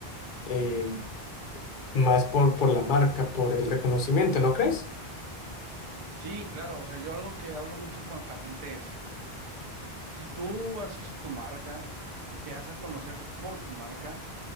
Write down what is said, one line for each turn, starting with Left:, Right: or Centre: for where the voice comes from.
Left: eh, más por, por la marca, por el reconocimiento, ¿no crees?
Right: Sí, claro, o sea, yo algo que hablo mucho con la gente es, si tú haces tu marca y te das a conocer por tu marca,